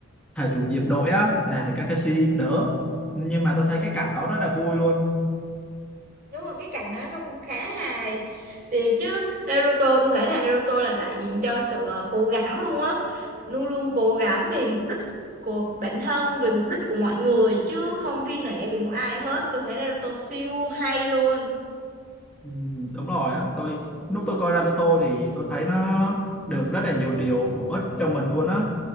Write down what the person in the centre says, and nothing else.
thầy chủ nhiệm đội á là thầy Kakashi đỡ nhưng mà tôi thấy cái cảnh đó rất là vui luôn
ừ, đúng rồi á tôi lúc tôi coi Naruto thì tôi thấy nó được rất là nhiều điều bổ ích cho mình luôn á